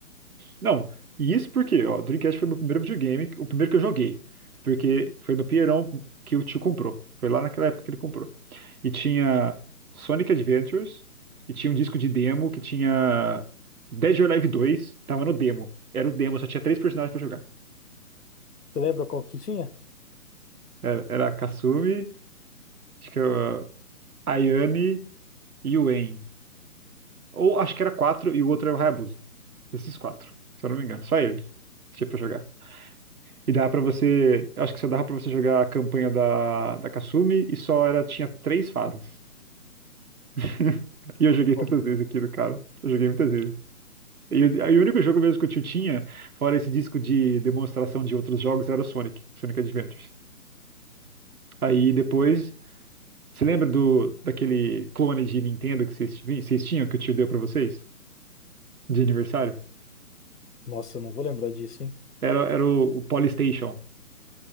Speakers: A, on the right; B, on the left.
A: Não, e isso porque, ó, o Dreamcast foi meu primeiro videogame, o primeiro que eu joguei. Porque foi no Pinheirão que o tio comprou. Foi lá naquela época que ele comprou. E tinha Sonic Adventures, e tinha um disco de demo que tinha Dead or Alive 2, tava no demo. Era o demo, só tinha três personagens pra jogar.
B: Você lembra qual que tinha?
A: Era, era a Kasumi, acho que era a Ayane e o Wen. Ou acho que era quatro e o outro era o Hayabusa. Esses quatro, se eu não me engano. Só eles que tinha pra jogar. E dava pra você. eu Acho que só dava pra você jogar a campanha da, da Kasumi e só era, tinha três fases. <laughs> E eu joguei
B: Ó,
A: tantas vezes aquilo, cara. Eu joguei muitas vezes. E, o e o único jogo mesmo que o tio tinha, fora esse disco de demonstração de outros jogos, era o Sonic, Sonic Adventures. Aí depois. Você lembra do, daquele clone de Nintendo que vocês, vocês tinham, que o tio deu pra vocês? De aniversário?
B: Nossa, eu não vou lembrar disso, hein?
A: Era, era o, o Polystation.